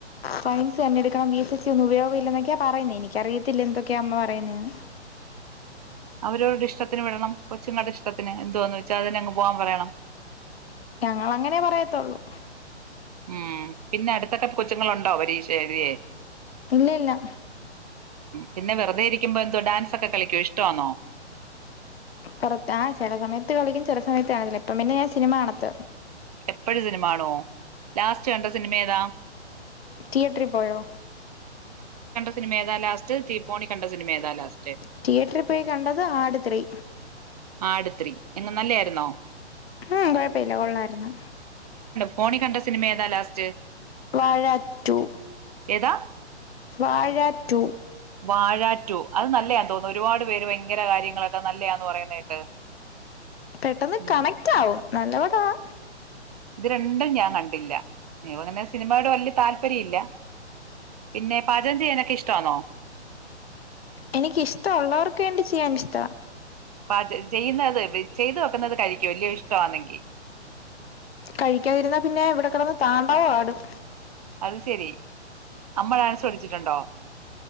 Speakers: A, on the left; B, on the right.
A: സയൻസ് തന്നെ എടുക്കണം വി എച്ച് എസ് സി ഒന്നും ഉപയോഗ ഇല്ല എന്നൊക്കെയാ പറയുന്നേ എനിക്കറിയത്തില്ല എന്തൊക്കെയാ അമ്മ പറയുന്നേന്ന്
B: അവരോവടെ ഇഷ്ടത്തിന് വിടണം കൊച്ചുങ്ങളുടെ ഇഷ്ടത്തിന് എന്തോന്ന് വെച്ചാ അതിന് അങ്ങ് പോകാൻ പറയണം
A: ഞങ്ങള് അങ്ങനെ പറയത്തേള്ളൂ
B: ഉം പിന്നെ അടുത്തൊക്കെ ക കൊച്ചുങ്ങളുണ്ടോ പരീക്ഷഴുതിയേ
A: ഇല്ലല്ല
B: പിന്നെ വെറുതെ ഇരിക്കുമ്പോ എന്തോ ഡാൻസ് ഒക്കെ കളിക്കെ ഇഷ്ടമാന്നോ
A: പുറത്ത് ആ ചെല സമയത്ത് കളിക്കും ചെല സമയത്ത് കാണത്തില്ല ഇപ്പ പിന്നെ ഞാൻ സിനിമ കാണത്ത
B: എപ്പഴും സിനിമ കാണോ ലാസ്റ്റ് കണ്ട സിനിമ ഏതാ
A: റ്റിയറ്ററി പോയോ
B: സിനിമേതാലാസ്റ്റ് തീ പോണി കണ്ട സിനിമേതാലാസ്റ്റ്
A: റ്റിയേറ്ററിൽ പോയി കണ്ടത് ആട് ത്രീ
B: ആട് ത്രീ എങ്ങ നല്ലായിരുന്നോ
A: ആഹ കൊഴപ്പ ല്ല കൊള്ളായിരുന്നു
B: ഫോണി കണ്ട സിനിമ ഏതാ ലാസ്റ്റ്
A: വാഴ ടു
B: ഏതാ
A: വാഴ ടു.
B: വാഴ ടു അത് നല്ലയാന്ന് തോന്നുന്നു, ഒരുപാട് പേരെ ഭയങ്കര കാര്യങ്ങളൊക്കെ നല്ലതാന്ന് പറയുന്നത് കേട്ട്.
A: പെട്ടെന്ന്
B: ഉം
A: കണക്റ്റ് ആവും. നല്ല പാടവാ.
B: ഇത് രണ്ടും ഞാൻ കണ്ടില്ല, നീ പറയുന്ന സിനിമടെ വലിയ താല്പര്യയില്ല, പിന്നെ പാചകം ചെയ്യാനൊക്കെ ഇഷ്ടമാന്നോ?
A: എനിക്ക് ഇഷ്ടയുള്ളവർക്ക് വേണ്ടി ചെയ്യാൻ ഇഷ്ട.
B: ആഹ് ചെയ്യുന്നത് ചെയ്തു വെക്കുന്നത് കഴിക്കും വലിയ ഇഷ്ടമാണെങ്കിൽ.
A: കഴിക്കാതിരുന്നാ പിന്നെ ഇവിടെ കിടന്ന് താണ്ഡവാടും.
B: അത് ശരി അമ്മ ഡാൻസ് പഠിച്ചിട്ടുണ്ടോ.